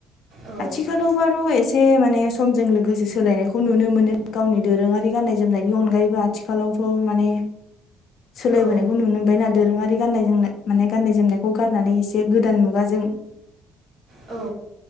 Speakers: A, on the right; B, on the left.
A: औ
B: आथिखालावबार' एसे माने समजों लोगोसे सोलायनायखौ नुनो मोनो गावनि दोरोङारि गाननाय जोमनायनि अनगायैबो आथिखालावथ' माने सोलायबोनायखौ
A: औ
B: नुनो मोनबायना दोरोङारि गाननाय जोमनाय माने गाननाय जोमनायखौ गारनानै एसे गोदान मुगाजों
A: औ